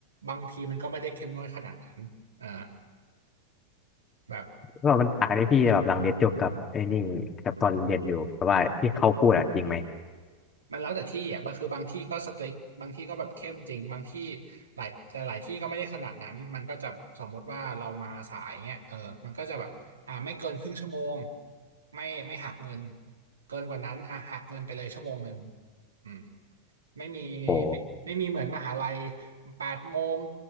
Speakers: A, on the right; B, on the left.
A: บางทีมันก็ไม่ได้เข้มงวดขนาดนั้นเออแบบ
B: ก็มันต่างกันที่พี่แบบหลังเรียนจบกับไอ้นี่กับตอนเรียนอยู่แต่ว่าที่เขาพูดอะจริงไหม
A: มันแล้วแต่ที่อ่ะบางคือบางที่ก็สตริกบางที่ก็แบบเข้มจริง บางที่หลายหลายหลายที่ก็ไม่ได้ขนาดนั้น มันก็จะสมมติว่าเรามาสายเงี้ยเออมันก็จะแบบอ่าไม่เกินครึ่งชั่วโมงไม่ไม่หักเงินเกินกว่านั้นอ่ะหักเงินไปเลยชั่วโมงหนึ่งอืมไม่มี
B: โอ้
A: ไม่ไม่มีเหมือนมหาลัยแปดโมง